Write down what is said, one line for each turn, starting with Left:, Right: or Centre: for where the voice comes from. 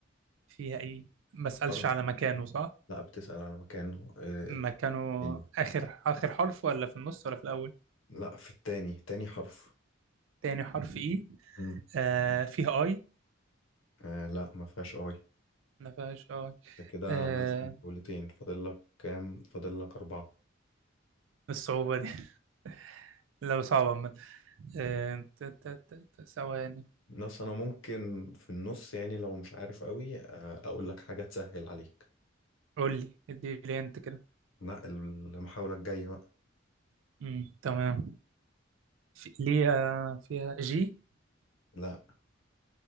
Right: فيها إيه ما أسألش
Left: حرف
Right: على مكانه صح
Left: لا بتسأل على مكانه آه
Right: مكانه
Left: الحرف يعني
Right: آخر آخر حرف ولا في النص ولا في الأول
Left: لا في التاني تاني حرف
Right: تاني حرف إيه
Left: مم.
Right: آه فيها آي
Left: آه لا ما فيهاش اي
Right: ما فيهاش آي
Left: انت كده
Right: آه
Left: عملت جولتين فاضل لك كام فاضل لك اربعة
Right: الصعوبة دي <laughs> لا صعبة عامة آه، ت- ت- ت- ت- ثواني
Left: بس انا ممكن في النص يعني لو مش عارف قوي آه اقول لك حاجة تسهل عليك
Right: قول لي ادي لي انت كده
Left: لا المحاولة الجاية بقى
Right: امم تمام في ليها فيها جي
Left: لا